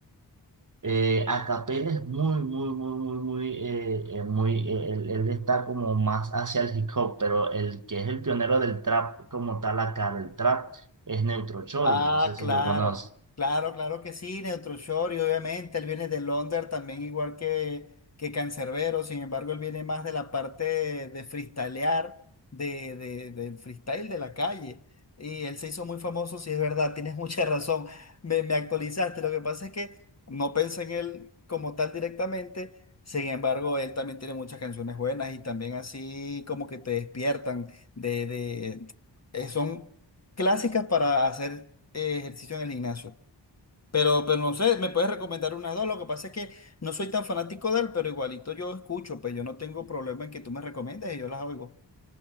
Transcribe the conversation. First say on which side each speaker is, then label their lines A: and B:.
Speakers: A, on the right; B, on the left.
A: Eh, Acapel es muy, muy, muy, muy, muy, eh, eh, muy, eh, él, él está como más hacia el hip hop, pero el que es el pionero del trap como tal acá, del trap, es Neutro Chori,
B: Ah,
A: no sé si
B: claro,
A: lo conoces.
B: claro, claro que sí, Neutro Shore y obviamente él viene de Londres también igual que, que Canserbero, sin embargo él viene más de la parte de, de freestylear, de, de, del freestyle de la calle y él se hizo muy famoso, Sí es verdad, <laughs> tienes mucha razón, me, me actualizaste, lo que pasa es que no pensé en él como tal directamente, sin embargo él también tiene muchas canciones buenas y también así como que te despiertan de, de eh, son clásicas para hacer eh, ejercicio en el gimnasio. Pero, pero no sé, me puedes recomendar unas dos. Lo que pasa es que no soy tan fanático de él, pero igualito yo escucho, pues yo no tengo problema en que tú me recomiendes y yo las oigo.